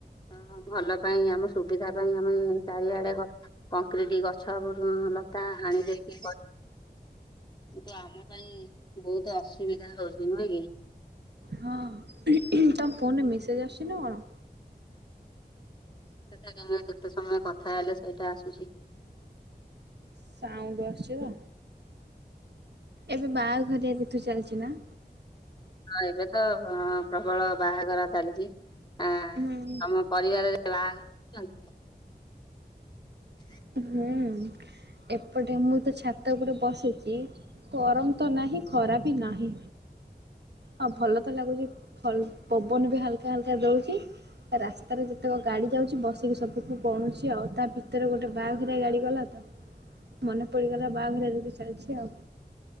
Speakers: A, on the left (about 25°); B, on the right (about 90°).
A: ହଁ ଭଲ ପାଇଁ ଆମ ସୁବିଧା ପାଇଁ ଆମେ ଚାରିଆଡେ ଗ କଂକ୍ରିଟି ଗଛ ଲତା ହାଣି ଦେଇକି କିନ୍ତୁ ଆମ ପାଇଁ ବହୁତ ଅସୁବିଧା ହଉଛି ନୁହେଁ କି?
B: ହଁ ତମ ଫୋନରେ ମେସେଜ୍ ଆସୁଛି ନା କଣ?
A: ସେ କ କେତେ ସମୟ କଥା ହେଲେ ସେଇଟା ଆସୁଛି।
B: ସାଉଣ୍ଡ ଆସୁୁଛି ବା ଏବେ ବାହାଘରିଆ ତିଥି ଚାଲିଛି ନା?
A: ହଁ ଏବେ ତ ହଁ ପ୍ରବଳ ବାହାଘର ଚାଲିଛି ଆଁ
B: ହୁଁ।
A: ତମ ପରିବାରରେ ବାହାଘର ହଉଛନ୍ତି <inaudible>
B: ହୁଁ। ଏପଟେ ମୁଁ ତ ଛାତ ଉପରେ ବସିଛି ଗରମ ତ ନାହିଁ ଖରା ବି ନାହିଁ। ହଁ ଭଲ ତ ଲାଗୁଛି ଫଲ୍ ପବନ ବି ହାଲକା ହାଲକା ଦଉଛି। ରାସ୍ତାରେ ଯେତେକ ଗାଡ଼ି ଯାଉଛି ବସିକି ସବୁକୁ ଗଣୁଛି ଆଉ। ତା ଭିତରେ ଗୋଟେ ବାଆଘରିଆ ଗାଡ଼ି ଗଲା ତ? ମନେ ପଡିଗଲା ବାହାଘରିଆ ତିଥି ଚାଲିଛି ଆଉ।